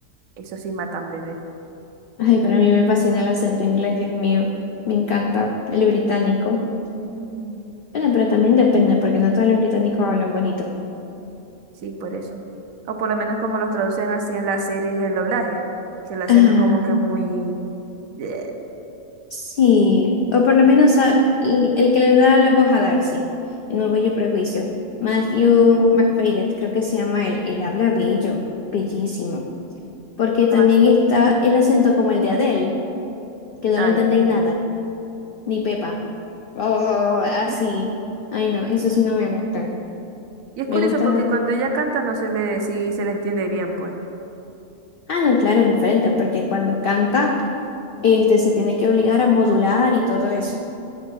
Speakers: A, on the right (about 70°); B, on the left (about 75°).
A: Eso sí matan bebé.
B: Ay, para mí me fascina el acento inglés, Dios mío. Me encanta el británico.
A: Mm.
B: Bueno, pero también depende, porque no todos los británicos hablan bonito.
A: Sí, por eso. O por lo menos como los traducen así en las series el doblaje, que lo hacen
B: Ah,
A: ver como que muy... Bleh,
B: sí. O por lo menos a- el, el que le da la voz a Darcy, en Orgullo y Prejuicio. Matthew McFadden, creo que se llama él. Él habla bello, bellísimo. Porque también
A: ¿cómo así?
B: está el acento como el de Adele, que no
A: Ay.
B: le entendéis nada. ni pepa. Oh, así.
A: <laughs>
B: Ay, no, eso sí no me gusta.
A: Y es
B: Me
A: curioso
B: gusta.
A: porque cuando ella canta no se le, sí se le entiende bien, pues.
B: Ah, no, claro, es diferente, porque cuando canta, este, se tiene que obligar a modular y todo eso.